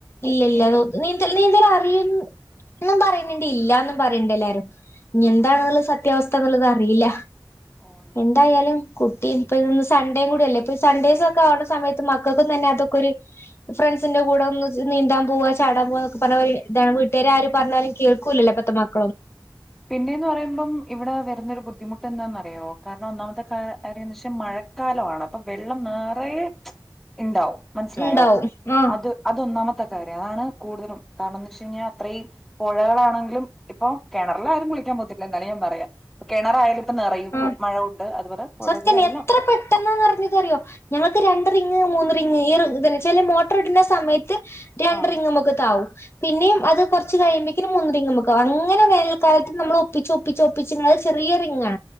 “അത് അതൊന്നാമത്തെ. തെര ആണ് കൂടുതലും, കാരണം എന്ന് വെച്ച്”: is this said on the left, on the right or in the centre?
Centre